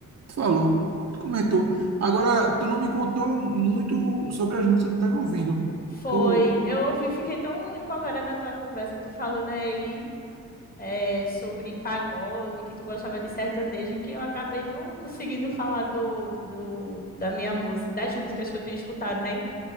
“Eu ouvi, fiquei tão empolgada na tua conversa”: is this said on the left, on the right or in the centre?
Left